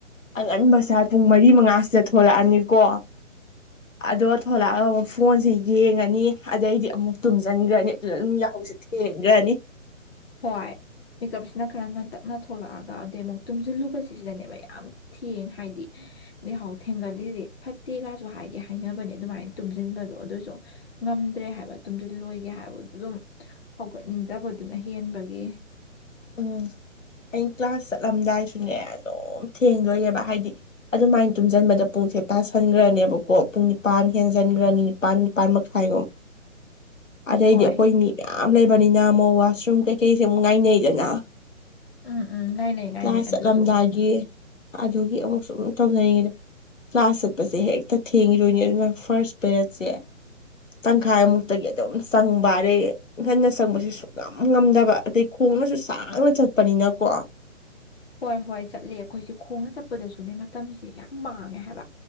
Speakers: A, on the left; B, on the left.
A: ꯑꯉꯟꯕꯁꯦ ꯄꯨꯡ ꯃꯔꯤ ꯃꯉꯥꯁꯤꯗ ꯊꯣꯔꯛꯑꯅꯤꯀꯣ
B: <inaudible>
A: ꯑꯗꯣ ꯊꯣꯂꯛꯑꯒ ꯑꯃꯨꯛ ꯐꯣꯟꯁꯤ ꯌꯦꯡꯉꯅꯤ ꯑꯗꯩꯗꯤ ꯑꯃꯨꯛ ꯇꯨꯝꯖꯟꯒ꯭ꯔꯅꯤ ꯑꯗ ꯑꯗꯨꯝ ꯌꯥꯍꯧꯁꯤ ꯊꯦꯡꯒ꯭ꯔꯅꯤ
B: ꯍꯣꯏ ꯃꯤꯀꯞꯁꯤꯅ ꯈꯔ ꯉꯟꯇꯛꯅ ꯊꯣꯛꯂꯛꯑꯒ ꯑꯗꯩ ꯑꯃꯨꯛ ꯇꯨꯝꯖꯤꯜꯂꯨꯕꯁꯤꯗꯅꯦꯕ ꯌꯥꯝ ꯊꯦꯡ ꯍꯥꯏꯗꯤ ꯌꯥꯍꯧ ꯊꯦꯡꯒꯜꯂꯤꯖꯦ ꯐꯠꯇꯦꯒꯥꯖꯨ ꯍꯥꯏꯗꯤ ꯍꯥꯏꯅꯕꯅꯦ ꯑꯗꯨꯃꯥꯏꯅ ꯇꯨꯝꯖꯤꯟꯕꯗꯣ ꯑꯗꫭꯏꯁꯨ ꯉꯝꯗ꯭ꯔꯦ ꯍꯥꯏꯕ ꯇꯨꯝꯖꯤꯜꯂꯣꯏꯒꯦ ꯍꯥꯏꯕꯗꯨ ꯑꯗꯨꯝ ꯍꯧꯒꯠꯅꯤꯡꯗꯕꯗꯨꯅ ꯍꯦꯟꯕꯒꯤ
A: ꯎꯝ ꯑꯩ ꯀ꯭ꯂꯥꯁ ꯆꯠꯂꯝꯗꯥꯏꯁꯨꯅꯦ ꯑꯗꯨꯝ ꯊꯦꯡꯗꯣꯏꯅꯦꯕ ꯍꯥꯏꯗꯤ ꯑꯗꯨꯃꯥꯏꯟ ꯇꯨꯝꯖꯟꯕꯗ ꯄꯨꯡꯁꯦ ꯇꯥꯁꯟꯒ꯭ꯔꯅꯦꯕꯀꯣ ꯄꯨꯡ ꯅꯤꯄꯥꯟ ꯍꯦꯟꯖꯟꯒ꯭ꯔꯅꯤ ꯅꯤꯄꯥꯟ ꯅꯤꯄꯥꯥꯟ ꯃꯈꯥꯏ ꯔꯣꯝ
B: <inaudible>
A: ꯑꯗꯩꯗꯤ
B: ꯍꯣꯏ
A: ꯑꯩꯈꯣꯏ
B: ꯍꯦ-
A: ꯃꯤ ꯃꯌꯥꯝ ꯂꯩꯕꯅꯤꯅ ꯃꫭ ꯋꯥꯁꯔꯨꯝ ꯀꯩꯀꯩꯁꯦ ꯑꯃꯨꯛ ꯉꯥꯏꯅꯩ ꯗꯅ
B: ꯎꯝ ꯎꯝ ꯉꯥꯏꯅꯩ ꯉꯥꯏꯅꯩ
A: ꯀ꯭ꯂꯥꯁ ꯆꯠꯂꯝꯗꯥꯏꯒꯤ
B: ꯑꯗꯨꯁꯨ
A: ꯑꯗꯨꯒꯤ ꯑꯃꯨꯛꯁꯨ ꯑꯃꯨꯛ ꯇꯧꯅꯩꯉꯩꯗ ꯀ꯭ꯂꯥꯁ ꯆꯠꯄꯁꯦ ꯍꯦꯛꯇ ꯊꯦꯡꯉꯤꯗꯣꯏꯅꯤ ꯑꯗꯨꯅ ꯐꯥꯔꯁ ꯄꯦꯔꯠꯁꯦ ꯇꯪꯈꯥꯏꯃꯨꯛꯇꯒꯤ ꯑꯗꯨꯝ ꯆꯪꯕ ꯑꯗꯩ ꯉꯟꯅ ꯆꯪꯕꯁꯦ ꯁꯨꯛꯉꯝ ꯉꯝꯗꯕ ꯑꯗꯩ ꯈꯣꯡꯅꯁꯨ ꯁꯥꯡꯅ ꯆꯠꯄꯅꯤꯅꯀꯣ
B: ꯍꯣꯏ ꯍꯣꯏ ꯆꯠꯂꯦ ꯑꯩꯈꯣꯏꯁꯦ ꯈꯣꯡꯅ ꯆꯠꯄꯗꯁꯨꯅꯦ ꯃꯇꯝꯁꯦ ꯌꯥꯝ ꯃꯥꯡꯉꯦ ꯍꯥꯏꯕ